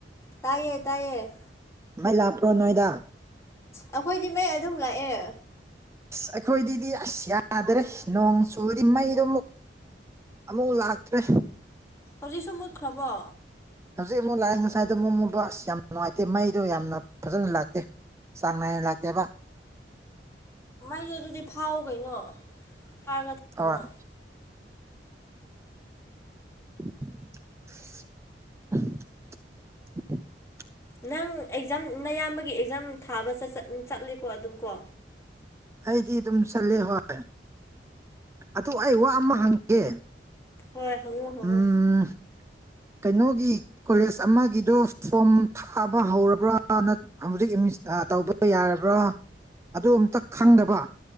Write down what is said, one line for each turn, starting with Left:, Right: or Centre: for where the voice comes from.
Left: ꯇꯥꯏꯌꯦ ꯇꯥꯏꯌꯦ
Right: ꯃꯥꯏ ꯂꯥꯛꯄ꯭ꯔꯣ ꯅꯣꯏꯗ
Left: ꯑꯩꯈꯣꯏꯗꯤ ꯃꯩ ꯑꯗꯨꯝ ꯂꯥꯛꯑꯦ
Right: ꯑꯁ ꯑꯩꯈꯣꯏꯗꯤꯗꯤ ꯑꯁ ꯌꯥꯗ꯭ꯔꯦ ꯅꯣꯡ ꯆꯨꯔꯤ ꯃꯩꯗꯣ ꯑꯃꯨꯛ ꯑꯃꯨꯛ ꯂꯥꯛꯇ꯭ꯔꯦ
Left: ꯍꯧꯖꯤꯛꯁꯨ ꯃꯨꯠꯈ꯭ꯔꯕꯣ
Right: ꯍꯧꯖꯤꯛ ꯑꯃꯨꯛ ꯂꯥꯛꯑꯦ ꯉꯁꯥꯏꯗ ꯑꯃꯨꯛ ꯃꯨꯕ ꯑꯁ ꯌꯥꯝ ꯅꯨꯡꯉꯥꯏꯇꯦ ꯃꯩꯗꯣ ꯌꯥꯝꯅ ꯐꯖꯅ ꯂꯥꯛꯇꯦ ꯆꯥꯡ ꯅꯥꯏꯅ ꯂꯥꯛꯇꯦꯕ
Left: ꯑꯩꯗꯣ ꯑꯗꯨꯗꯤ ꯐꯥꯎꯑꯣ ꯀꯩꯅꯣ ꯐꯥꯔꯒ
Right: <unintelligible>
Left: ꯊꯝꯃꯣ
Right: <unintelligible> <inaudible>
Left: ꯅꯪ ꯑꯦꯛꯖꯥꯝ ꯅꯌꯥꯝꯕꯒꯤ ꯑꯦꯛꯖꯥꯝ ꯊꯥꯕ ꯆꯠꯂꯦꯀꯣ ꯑꯗꯨꯝ ꯀꯣ
Right: ꯑꯩꯗꯤ ꯑꯗꯨꯝ ꯆꯠꯂꯦ ꯍꯣꯏ ꯑꯗꯨ ꯑꯩ ꯋꯥ ꯑꯃ ꯍꯪꯒꯦ
Left: ꯍꯣꯏ ꯍꯪꯉꯣ ꯍꯪꯉꯣ
Right: ꯎꯝ ꯀꯩꯅꯣꯒꯤ ꯀꯣꯂꯦꯖ ꯑꯃꯒꯤꯗꯣ ꯐꯣꯝ ꯊꯥꯕ ꯍꯧꯔꯕ꯭ꯔꯥ ꯅ ꯍꯧꯖꯤꯛ ꯇꯧꯕ ꯌꯥꯔꯕ꯭ꯔꯥ ꯑꯗꯨ ꯑꯝꯇ ꯈꯪꯗꯕ